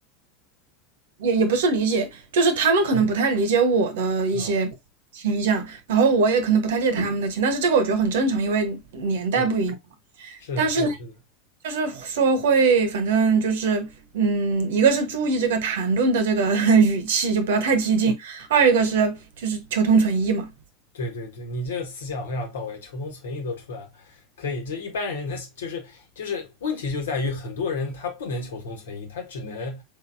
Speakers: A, on the right; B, on the left.
A: 也也不是理解，就是他们可能不太理解我的一些倾向，
B: 嗯，啊、
A: 然后我也可能不太理解他们的倾向但是这个我觉得很正常，因为年代不一样嘛。
B: 对，是的，
A: 但是呢，
B: 是的，是的。
A: 就是说会，反正就是，嗯，一个是注意这个谈论的这个 <laughs> 语气，就不要太激进；二一个是就是求同存异嘛。
B: 对对对，你这个思想非常到位，求同存异都出来了，可以。这一般人他就是就是问题就在于很多人他不能求同存异，他只能